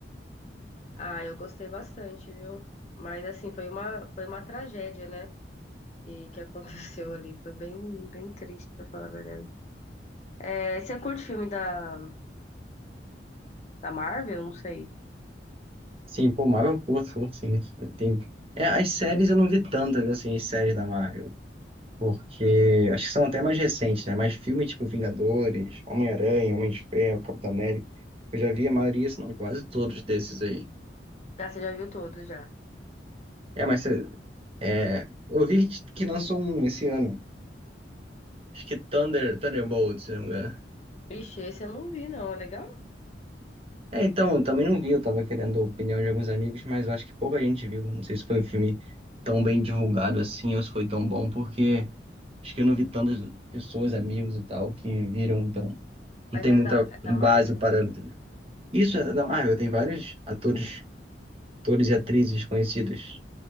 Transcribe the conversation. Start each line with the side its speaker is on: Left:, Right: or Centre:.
Left: Ah, eu gostei bastante, viu? Mas assim, foi uma, foi uma tragédia, né? E que <laughs> aconteceu ali. Foi bem, bem triste, pra falar a verdade. É, você curte filme da, da Marvel? Não sei.
Right: Sim, pô, Marvel eu curto, sim. Tem... É, as séries eu não vi tantas, né, assim, as séries da Marvel. Porque acho que são até mais recentes, né? Mas filme tipo Vingadores, Homem-Aranha, Homem de Ferro, Capitão América. Eu já vi a maioria, se não quase todos desses aí.
Left: Ah, você já viu todos já.
Right: É, mas cê- é, eu vi que que lançou um esse ano. Acho que Thunder, Thunderbolts, se não me engano.
Left: Ixi, esse eu não vi, não. É legal?
Right: É, então, eu também não vi, eu tava querendo a opinião de alguns amigos, mas eu acho que pouca gente viu. Não sei se foi um filme tão bem divulgado assim, ou se foi tão bom, porque acho que eu não vi tantas pessoas, amigos e tal, que viram, então não
Left: Mas
Right: tem
Left: é
Right: muita
Left: da, é da
Right: base
Left: Marvel?
Right: para. Isso, é- não, ah, eu tenho vários atores, atores e atrizes conhecidos,